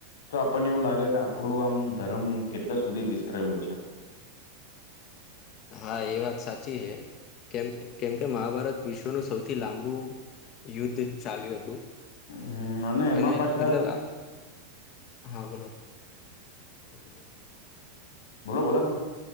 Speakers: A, on the left; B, on the left.
A: તો આપણને એવું લાગ કે આપણું આમ ધર્મ કેટલે સુધી વિસ્તરેલો છે.
B: હા એ વાત સાચી છે, કેમ કેમ મહાભારત વિશ્વનું સૌથી લાંબુ યુદ્ધ ચાલ્યું હતું.
A: હમ એમાં
B: અને
A: પાછા
B: મતલબ આ હા બોલો <inaudible>
A: બોલો બોલો તમ